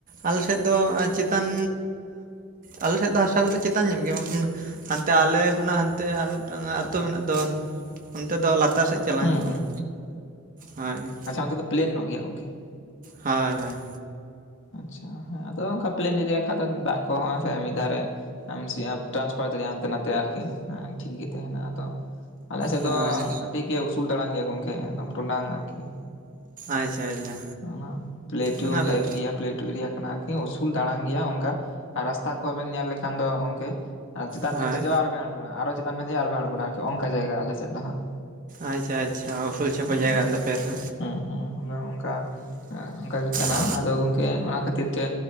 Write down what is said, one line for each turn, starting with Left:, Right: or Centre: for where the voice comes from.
Right: ᱟᱞᱮ ᱥᱮᱫ ᱫᱚ ᱪᱮᱛᱟᱱ, ᱟᱞᱮ ᱥᱮᱫ ᱫᱚ ᱦᱟᱥᱟ ᱠᱚᱫᱚ ᱪᱮᱛᱟᱱ ᱧᱚᱜ ᱜᱮᱭᱟ᱾ ᱢᱮᱱᱠᱷᱟᱱ ᱦᱟᱱᱛᱮ ᱟᱞᱮ ᱠᱷᱚᱱᱟᱜ ᱦᱟᱱᱛᱮ ᱟᱨ ᱢᱮᱜᱴᱟᱝ ᱟᱛᱳ ᱢᱮᱱᱟᱜ ᱫᱚ, ᱚᱱᱛᱮ ᱫᱚ ᱞᱟᱫ ᱛᱟᱨ ᱥᱮᱫ ᱪᱟᱞᱟᱣ
Left: ᱦᱩᱸ
Right: ᱧᱚᱜ
Left: ᱦᱩᱸ
Right: ᱠᱟᱱᱟ, ᱦᱚᱭ ᱾
Left: ᱟᱪᱪᱷᱟ ᱚᱱᱛᱮ ᱫᱚ ᱯᱞᱮᱱ ᱱᱚᱜ ᱜᱮᱭᱟ ᱜᱚᱝᱠᱮ ᱾
Right: ᱦᱳᱭ, ᱦᱳᱭ ᱾
Left: ᱟᱪᱪᱷᱟ᱾ ᱦᱮᱸ ᱟᱫᱚ ᱚᱱᱠᱟ ᱯᱞᱮᱱ ᱮᱨᱤᱭᱟ ᱠᱷᱟ ᱫᱚ ᱫᱟᱜ ᱠᱚ ᱦᱚᱸ ᱢᱤᱫ ᱫᱟᱨᱮ ᱟᱢᱥᱤ ᱴᱟᱱᱥᱯᱷᱟᱨ ᱫᱟᱲᱮᱭᱟᱜᱼᱟ, ᱦᱟᱱᱛᱮ ᱱᱟᱛᱮ ᱟᱨᱠᱤ᱾ ᱦᱮᱸ ᱴᱷᱤᱠ ᱜᱮ ᱛᱟᱦᱮᱱᱟ ᱟᱫᱚ᱾ ᱟᱞᱮ ᱥᱮᱫ
Right: ᱦᱳᱭ
Left: ᱫᱚ ᱟᱹᱰᱤ ᱜᱮ ᱩᱥᱩ ᱫᱟᱲᱟᱝ ᱜᱮᱭᱟ ᱜᱚᱝᱠᱮ, ᱮᱠᱫᱚᱢ ᱴᱚᱰᱟᱝ ᱟᱨᱠᱤ᱾
Right: ᱟᱪᱪᱷᱟ ᱟᱪᱪᱷᱟ
Left: ᱚᱱᱟ ᱯᱞᱮ ᱴᱩ
Right: ᱚᱱᱟ ᱟᱯᱮ
Left: ᱴᱟᱭᱤᱯ ᱜᱮᱭᱟ᱾ ᱯᱞᱮᱴᱩ ᱮᱨᱤᱭᱟ ᱠᱟᱱᱟ ᱟᱨᱠᱤ᱾ ᱩᱥᱩᱞ ᱫᱟᱲᱟᱝ ᱜᱮᱭᱟ ᱚᱱᱠᱟ ᱾ᱨᱟᱥᱛᱟ ᱠᱚᱦᱚᱸ ᱵᱮᱱ ᱧᱮᱞ ᱞᱮᱠᱷᱟᱱ ᱫᱚ ᱜᱚᱝᱠᱮ, ᱟᱨ ᱪᱮᱛᱟᱱ
Right: ᱦᱳᱭ
Left: ᱵᱮᱱ ᱫᱮᱡᱚᱜᱼᱟ ᱟᱨᱦᱚᱸ ᱵᱮᱱ ᱟᱬᱜᱚᱱᱟ, ᱟᱨᱦᱚᱸ ᱪᱮᱛᱟᱱ ᱵᱮᱱ ᱫᱮᱡᱚᱜᱼᱟ ᱟᱨ ᱵᱮᱱ ᱟᱬᱜᱚᱱᱟ ᱟᱨᱠᱤ᱾ ᱚᱱᱠᱟ ᱡᱟᱭᱜᱟ ᱟᱞᱮ ᱥᱮᱫ ᱫᱚ ᱦᱟᱸᱜ᱾
Right: ᱟᱪᱪᱷᱟ ᱟᱪᱪᱷᱟ, ᱩᱥᱩᱞ ᱪᱷᱮᱯᱚ
Left: ᱦᱩᱸ
Right: ᱡᱟᱭᱜᱟ ᱠᱟᱱ ᱛᱟᱯᱮᱭᱟ ᱛᱚ᱾
Left: ᱦᱩᱸ ᱦᱩᱸ, ᱟᱫᱚ ᱚᱱᱠᱟ ᱟᱸᱜ ᱚᱱᱠᱟ ᱜᱮ ᱠᱟᱱᱟ᱾
Right: ᱚ
Left: ᱟᱫᱚ ᱜᱚᱝ ᱠᱮ ᱚᱱᱟ ᱠᱷᱟᱹᱛᱤᱨ ᱛᱮ,